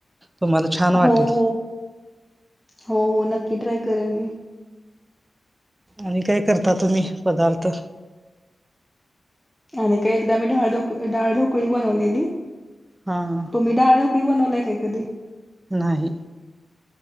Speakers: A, on the right (about 20°); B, in the centre.
A: तुम्हाला छान वाटेल
B: हो हो हो हो नक्की ट्राय करेन मी.
A: आणि काय करता तुम्ही? पदार्थ.
B: आणि काय एकदा मी ढाळ ढोक ढाळ ढोकळी बनवलेली.
A: हा.
B: तुम्ही डाळू कि बनवलाय काय कधी.
A: नाही.